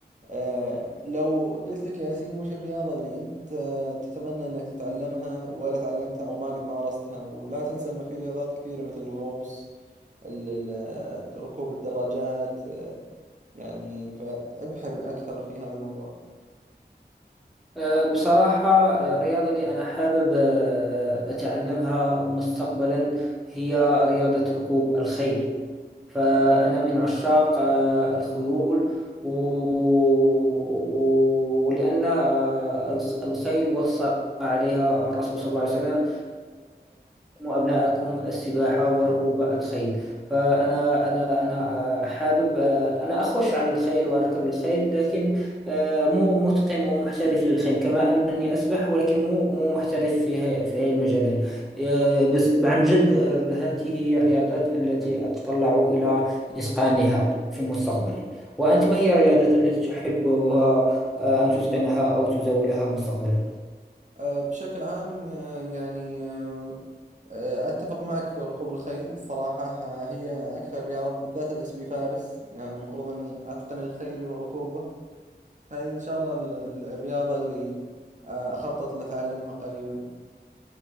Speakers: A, on the right; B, in the centre.
A: أه، لو قلت لك يا ياسين وش الرياضة اللي أنت تتمنى أنك تتعلمها ولا تعلمتها أو ما قد مارستها ولا تنسى أنه في رياضات كثيرة مثل الغوص ال... ال... ركوب الدراجات أه، يعني فابحر أكثر في هذا الموضوع
B: أه، بصراحة أه، الرياضة اللي أنا حابب أه، أتعلمها مستقبلا هي رياضة ركوب الخيل فأنا من عشاق أه، الخيول و- ولأن أه، الخ- الخيل وصى عليها الرسول صلى الله عليه وسلم علموا أبناءكم السباحة وركوب الخيل فأنا أنا أنا آه، حابب آه، أنا أخش على الخيل وأركب الخيل لكن آه، مو متقن ومحترف للخيل كما أنني أسبح ولكن مو مو محترف في ها- في هاي المجالين آه، بس عن جد آه، هذه هي الرياضات التي أتطلع إلى إتقانها في المستقبل وأنت ما هي الرياضات التي تحبها آه، أن تتقنها أو تزاولها مستقبلا؟
A: آه، بشكل عام آه، يعني آه، آه، أتفق معك في ركوب الخيل الصراحة آه، هي أكثر الرياضات بالذات أن اسمي فارس يعني المفروض أني أتقن الخيل وركوبه فهي إن شاء الله ال- ال- الرياضة اللي آه، أخطط لأتعلمها قريبا